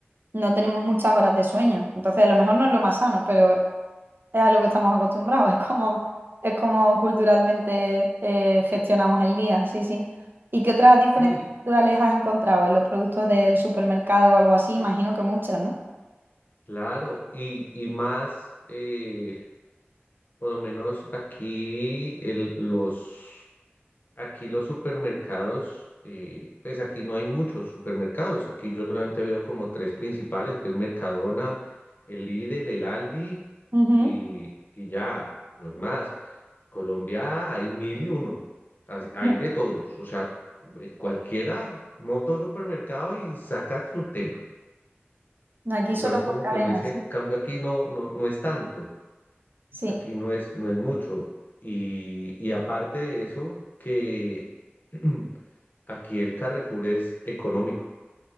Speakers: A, on the right; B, on the left.
A: no tenemos muchas horas de sueño. Entonces, a lo mejor no es lo más sano, pero es a lo que estamos acostumbrados, es como, es como culturalmente eh, gestionamos el día, sí, sí. ¿Y qué otras diferencias
B: Sí,
A: culturales has encontrado en los productos del supermercado o algo así? Imagino que muchas, ¿no?
B: claro, y, y más, eh, por lo menos aquí el, los... Aquí los supermercados, eh, pues aquí no hay muchos supermercados. Aquí yo solamente veo como tres principales, que es Mercadona, el Lidl, el Aldi
A: Ujú.
B: y, y ya, no es más. Colombia hay mil y uno, así- hay
A: <laughs>
B: de todos. O sea, eh, cualquiera monta un supermercado y saca su tema.
A: Aquí
B: Entonces
A: solo
B: como
A: por cadenas,
B: que uno dice,
A: sí.
B: cambio aquí no, no, no es tanto.
A: Sí,
B: Aquí no es, no es mucho. Y, y aparte de eso, que <clears throat> aquí el Carrefour es económico.